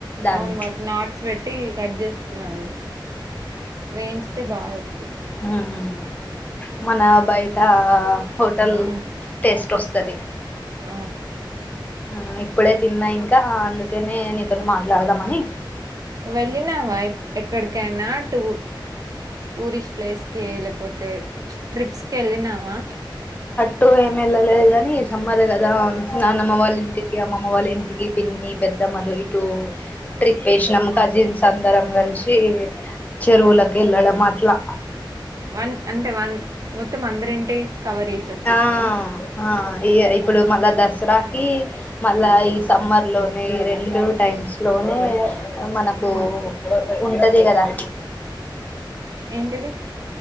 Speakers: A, on the left (about 20°); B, on the right (about 45°).
A: దాన్ని
B: అవును వాటిక్ నాట్స్ పెట్టి కట్ చేస్తున్నాది వేయించితే బాగా వస్తది
A: ఉమ్ ఉమ్ మన బయట హోటల్
B: ఉమ్
A: టేస్ట్ వస్ తది
B: అవును
A: ఉమ్ ఇప్పుడే తిన్నా ఇంకా అందుకేనే నీతోటీ మాట్లాడుదామని
B: వెళ్ళినావా ఎక్కడికైనా టూ టూరిస్ట్ ప్లేస్కి లే క్పోతే ట్రిప్స్కిళ్ళినావా
A: టూ ఏమేల్లలేదు గని సమ్మర్ గదా నాన్నమ్మ వాళ్లింటికి అమ్మ అమ్మ వాళ్ళ ఇంటికి పిన్ని పెద్దమ్మలు ఇటు ట్రిప్ ఎసినాం కజిన్స్ అందరం కల్సి చెరువులక్
B: ఉమ్
A: ఎళ్ళడం అట్లా
B: వన్ అంటే వన్ మొత్తం అందరింటి కవర్ చేసి వచ్చేసినావా
A: ఆ మ ఇగ ఇప్పుడు మళ్ళా దస్ స్రాకి మళ్ళా ఈ సమ్మర్లోనే ఈ రెండు టైమ్స్లోనే మనకు
B: ఉమ్,
A: ఉంటది గదా
B: ఏంటిది